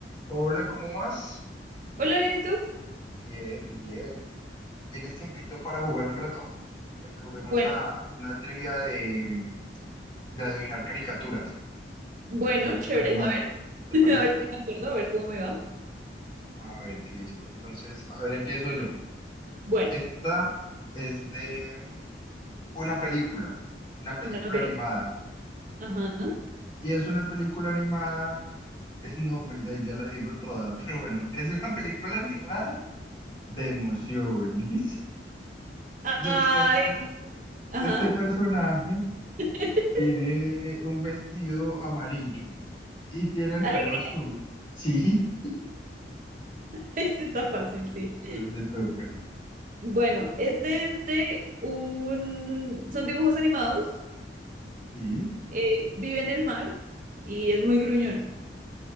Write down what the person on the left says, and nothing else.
Hola, ¿cómo vas?
Bien, bien. ¿Tienes tiempito para jugar un rato? Para que juguemos
a una trivia de, mm, de adivinar caricaturas,
de dibujos
animados. ¿Te
parece?
A ver, listo. Entonces, a ver, empiezo yo.
Esta es de una película, una película
animada.
Y es una película animada, <laughs> no, pues ahí ya la digo toda, <laughs> pero bueno, es una película animada de emociones. <laughs>
Y entonces,
este personaje...
Tiene un vestido amarillo y tiene el
pelo azul. <laughs> Sí,
a ver, te toca.
Sí,